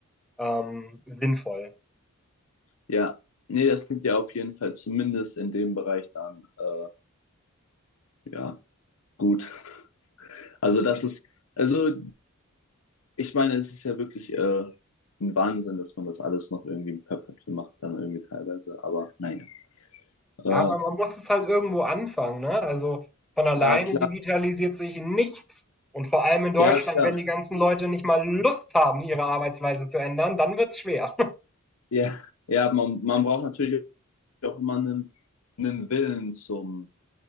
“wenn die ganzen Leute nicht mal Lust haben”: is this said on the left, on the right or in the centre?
Centre